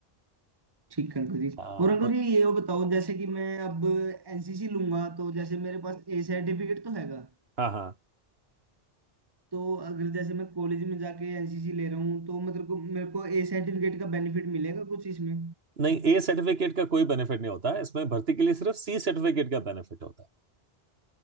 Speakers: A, on the right; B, on the right.
A: ठीक है अंकल जी
B: हाँ
A: और अंकल
B: तो
A: जी ये वो बताओ जैसे कि मैं अब एनसीसी लूंगा तो जैसे मेरे पास ए सर्टिफिकेट तो हैगा
B: हाँ हाँ
A: तो अगर जैसे मैं कॉलेज में जाके एनसीसी ले रहा हूँ तो मतलब को मेरे को ए सर्टिफिकेट का बेनिफिट मिलेगा कुछ इसमें
B: नहीं ए सर्टिफिकेट का कोई बेनिफिट नहीं होता है इसमें भर्ती के लिए सिर्फ सी सर्टिफिकेट का बेनिफिट होता है